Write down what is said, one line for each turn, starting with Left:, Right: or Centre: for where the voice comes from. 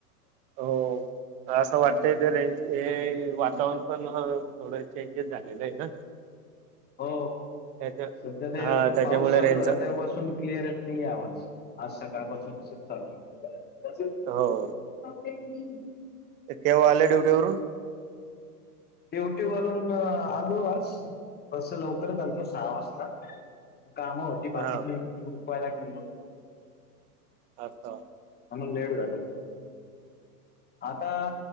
Right: हो असं वाटतंय ते रेंज हे वातावरण पण थोडं चेंजेस झालेलं आहे ना.
Left: हो
Right: त्याच्या
Left: सध्या ते
Right: हा त्याच्यामुळे
Left: पाऊस चालू
Right: रेंजचा
Left: झाला तेव्हापासून क्लिअर नाही आवाज आज सकाळ पाासून असं चालू.
Right: हो.
Left: परफेक्टली.
Right: केव्हा आले ड्युटी वरून
Left: ड्युटी वरून आलो आज तस लवकरच आलो सहा वाजता. कामं होती बाकीची
Right: हा
Left: ती उरकला गेलेलो.
Right: अच्छा.
Left: म्हणून लेट झाल. आता